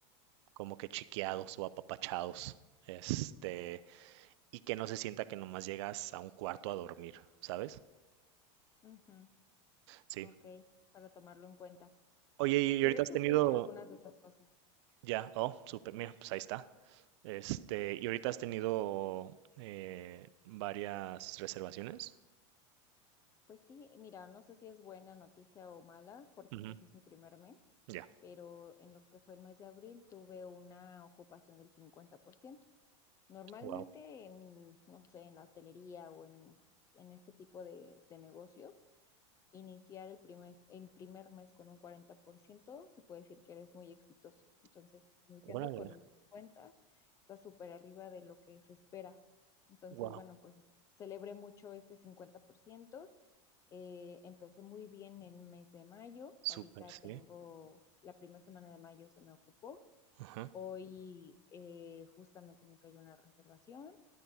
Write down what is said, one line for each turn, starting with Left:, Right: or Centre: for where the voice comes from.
Right: como que chiqueados o apapachados. Este, y que no se sienta que nomás llegas a un cuarto a dormir, ¿sabes?
Left: Ujú,
Right: Sí.
Left: ok, para tomarlo en cuenta.
Right: Oye, y y
Left: Que
Right: ahorita
Left: de hecho
Right: has tenido,
Left: sí he hecho algunas de esas cosas.
Right: ya, oh, súper, mira, pues ahí está. Este, y ahorita has tenido eh, varias reservaciones.
Left: Pues sí, mira, no sé si es buena noticia o mala, porque
Right: Ujú,
Left: pues es mi primer mes,
Right: Ya.
Left: pero en lo que fue el mes de abril tuve una ocupación del 50%. Normalmente
Right: Wow.
Left: en, no sé, en la hotelería o en, en este tipo de, de negocios, iniciar el primer, el primer mes con un 40%, se puede decir que eres muy exitoso. Entonces, iniciando
Right: Órale.
Left: con un 50, está súper arriba de lo que se espera. Entonces,
Right: Wow.
Left: bueno, pues celebré mucho este 50%. Eh, empecé muy bien el mes de mayo. Ahorita
Right: Súper, sí.
Left: tengo la primera semana de mayo se me ocupó.
Right: Ajá.
Left: Hoy eh, justamente me cayó una reservación